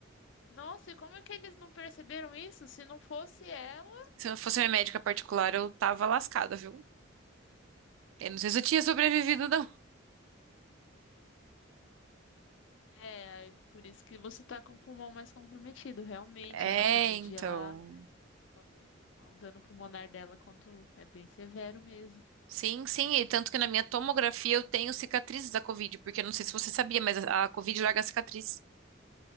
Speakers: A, on the left (about 65°); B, on the right (about 75°).
A: Nossa, e como é que eles não perceberam isso? Se não fosse ela,
B: Se eu fosse minha médica particular, eu tava lascada, viu? Eu não sei se eu tinha sobrevivido, não.
A: é por isso que você tá com o pulmão mais comprometido. Realmente,
B: É,
A: a a Covid,
B: então.
A: ela Quando o dano pulmonar dela quando é bem severo mesmo.
B: Sim, sim, e tanto que na minha tomografia eu tenho cicatrizes da Covid, porque eu não sei se você sabia, mas a a Covid larga a cicatriz.